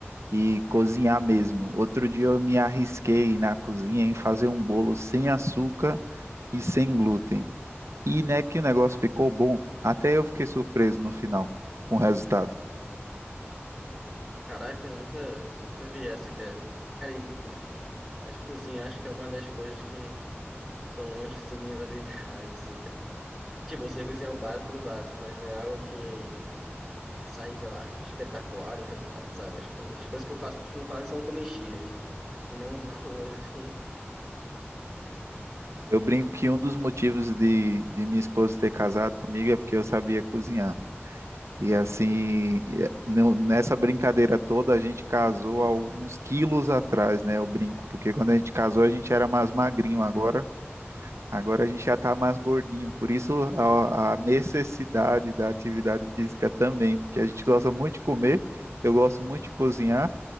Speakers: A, on the right; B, in the centre.
A: e cozinhar mesmo. Outro dia eu me arrisquei na cozinha em fazer um bolo sem açúcar e sem glúten. E né, que o negócio ficou bom. Até eu fiquei surpreso no final com o resultado.
B: Caraca, eu nunca, nunca vi essa, cara. Cara, e acho que- acho que cozinha acho que é uma das coisas que estão longe de ser minhas <laughs> habilidades, assim, cara. Tipo, eu sei cozinhar o básico do básico, mas não é algo que sair, sei lá, espetacular o resultado, sabe? Acho que as coisas que eu faço costumo falar que são comestíveis e não <laughs> boas, assim.
A: Eu brinco que um dos motivos de, de minha esposa ter casado comigo é porque eu sabia cozinhar. E assim, eh, no- nessa brincadeira toda, a gente casou há uns quilos atrás, né? Eu brinco, porque quando a gente casou, a gente era mais magrinho. Agora Agora a gente já está mais gordinho, por isso a, a necessidade da atividade física também, porque a gente gosta muito de comer, eu gosto muito de cozinhar,